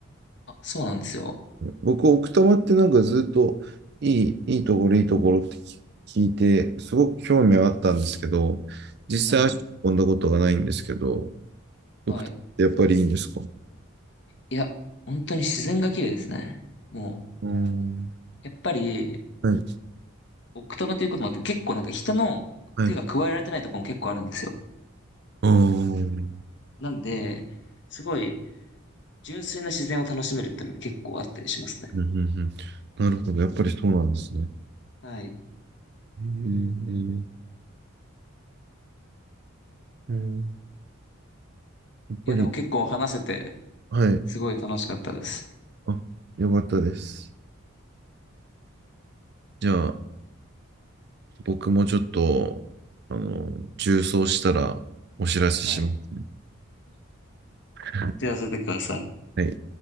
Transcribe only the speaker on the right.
僕、奥多摩ってなんかずっといい、いいところ、いいところって聞いて、すごく興味はあったんですけど、実際足を運んだことがないんですけど、
奥多摩ってやっぱりいいんですかう
ーん。
はい。
はい。うーん。
うんうんうんなるほど。やっぱりそうなんですね。へ
えうん。やっぱり、
はい。
あ、よかったです。じゃあ、僕もちょっと、あの、重装したらお知らせしますね。
<laughs>
はい。